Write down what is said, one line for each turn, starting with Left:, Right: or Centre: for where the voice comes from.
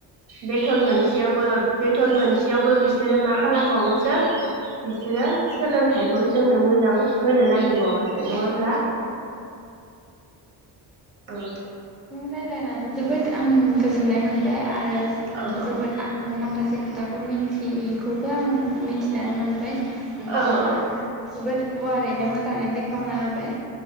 Right: बेथन मोनसेयावबो बेथन मोनसेयावबो बिसो बिसोरो मा खालामबावोसो बिसोरो सोलोंथाइखौ जोंनो मोजां होनो नागिरबावासो नङा होमब्ला औ
Centre: रायलायनानै जोबोद आं गोजोननाय मोनबाय। आरो
Right: औ औ
Centre: जोबोद आं माखासे माखसे खोथाखौ मिन्थियिखौबो आं मिनथिनानै मोनबाय। नोंथाङा
Right: औ औ
Centre: जबोद गुवारैनो मो जाङै बेखेवना होबाय।